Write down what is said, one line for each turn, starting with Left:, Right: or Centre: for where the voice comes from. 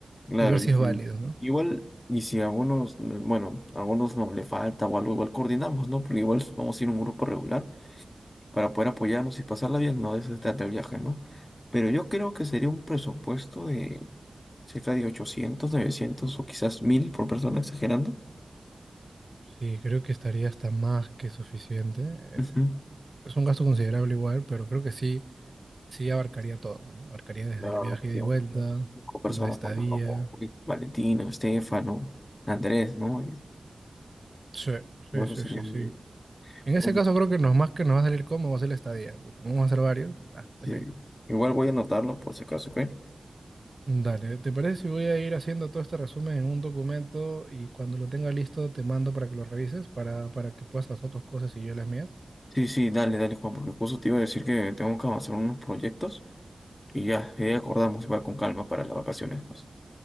Left: Claro,
Right: y ver si
Left: y si
Right: es válido, ¿no?
Left: igual, y si a algunos, eh, bueno, a algunos no le falta o algo, igual coordinamos, ¿no? Pero igual vamos a ir a un grupo regular para poder apoyarnos y pasarla bien, no de eso se trata el viaje, ¿no? Pero yo creo que sería un presupuesto de cerca de 800 900 o quizás mil por persona, exagerando.
Right: Sí, creo que estaría hasta más que suficiente. Eh,
Left: Ujú.
Right: es es un gasto considerable igual, pero creo que sí, sí abarcaría todo, ¿no? Abarcaría desde
Left: No,
Right: el viaje
Left: sí,
Right: ida y vuelta,
Left: unas cinco personas
Right: la estadía.
Left: contando con Valentina, Estefano, Andrés, ¿no?
Right: Sí,
Left: Yo
Right: sí,
Left: creo
Right: sí,
Left: que sería
Right: sí,
Left: muy
Right: sí.
Left: bien.
Right: En
Left: Oye,
Right: ese caso creo que nos más que nos va a salir cómo va a ser la estadía. porque Como vamos a hacer varios, ah,
Left: sí,
Right: de ley.
Left: Igual voy a anotarlo por si acaso, ¿ok?
Right: Dale, ¿te parece si voy a ir haciendo todo este resumen en un documento y cuando lo tenga listo te mando para que lo revises, para, para que puedas hacer tus cosas y yo las mías?
Left: Sí, sí, dale, dale, Juan, porque justo te iba a decir que tengo que avanzar unos proyectos y ya, ya acordamos, va con calma para las vacaciones, pues.